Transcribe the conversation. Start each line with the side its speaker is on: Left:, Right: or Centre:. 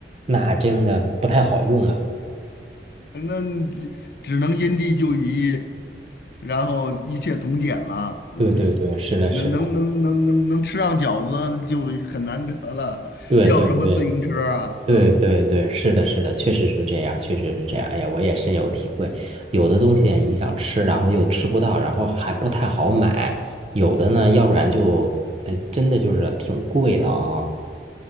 Right: 那真的不太好用啊。
Left: 那只只能因地制宜，然后一切从简了。呃那是
Right: 对对对，是的，
Left: 能能能能能能吃上饺子就很难得了，
Right: 是的，对对对。
Left: 要什么自行车啊？
Right: 对对对，
Left: 嗯
Right: 是的，是的，确实是这样，确实是这样。哎呀，我也深有体会。有的东西你想吃，然后又吃不到，然后还不太好买；有的呢，要不然就，
Left: 嗯，
Right: 哎，真的就是挺贵的啊。